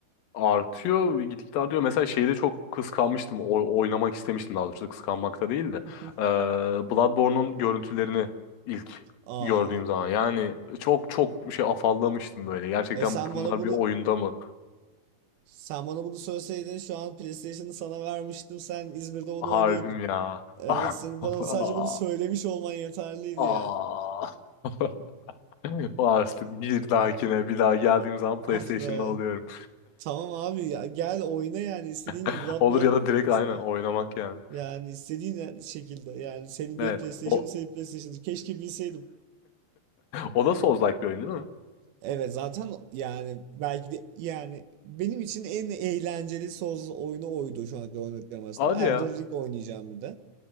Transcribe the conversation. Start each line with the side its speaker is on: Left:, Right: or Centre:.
Left: Artıyor ve gitgide artıyor. Mesela şeyde çok kıskanmıştım. O, oynamak istemiştim daha doğrusu. Kıskanmakta değil de.
Right: <laughs>
Left: Ee, Bloodborne'un görüntülerini ilk
Right: Aa.
Left: gördüğüm zaman. Yani çok çok şey afallamıştım böyle. Gerçekten
Right: E sen bana
Left: bunlar
Right: bunu
Left: bir oyunda mı?
Right: sen bana bunu söyleseydin şu an PlayStation'ı sana vermiştim. Sen İzmir'de onu
Left: Harbim
Right: oynuyordun.
Left: ya. <laughs>
Right: Evet
Left: Ah.
Right: senin bana
Left: Ah.
Right: sadece bunu söylemiş olman yeterliydi
Left: Ah.
Right: ya.
Left: <laughs> Artık bir dahakine bir daha geldiğim zaman PlayStation'da
Right: Ah be.
Left: alıyorum.
Right: Tamam abi ya gel oyna yani istediğin
Left: <laughs>
Right: gibi Bloodborne
Left: Olur ya da direkt
Right: is-
Left: aynen oynamak yani.
Right: yani istediğin e, şekilde yani senin
Left: Evet.
Right: benim PlayStation'ım
Left: O, <laughs>
Right: senin PlayStation'ın keşke bilseydim.
Left: o da Souls-like bir oyun değil mi?
Right: Evet zaten yani belki de yani benim için en eğlenceli Souls oyunu oydu şu ana kadar oynadıklarım arasında.
Left: Hadi
Right: Elden
Left: ya.
Right: Ring oynayacağım bir de.